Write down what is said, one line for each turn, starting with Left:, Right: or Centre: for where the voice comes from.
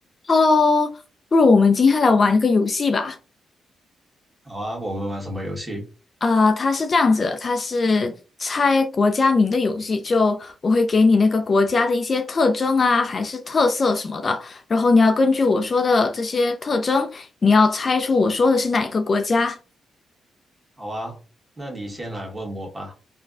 Left: Hello，不如我们今天来玩一个游戏吧。
Right: 好啊，我们玩什么游戏？
Left: 啊、它是这样子的，它是猜国家名的游戏。就我会给你那个国家的一些特征啊，还是特色什么的，然后你要根据我说的这些特征，你要猜出我说的是哪一个国家。
Right: 好啊，那你先来问我吧。